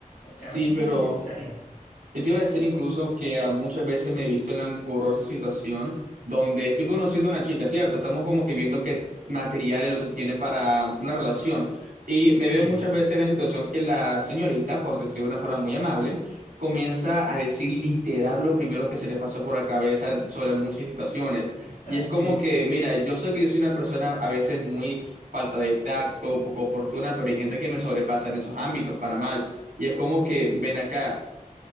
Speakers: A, on the right; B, on the left.
A: Sí,
B: A veces
A: pero
B: es innecesaria.
A: Yo te iba a decir incluso que ah, muchas veces me he visto en la engorrosa situación donde estoy conociendo a una chica, ¿cierto? Estamos como que viendo qué material el otro tiene para una relación. Y me veo
B: Sí,
A: muchas veces en la situación que la señorita, por decirlo de una forma muy amable, comienza a decir literal lo primero que se le pasó por la cabeza sobre muchas situaciones. Y
B: ah,
A: es
B: sí,
A: como que, mira, yo sé que yo soy una persona a veces muy falta de tacto, poco oportuna, pero hay gente que me sobrepasa en esos ámbitos para mal. Y es como que, ven acá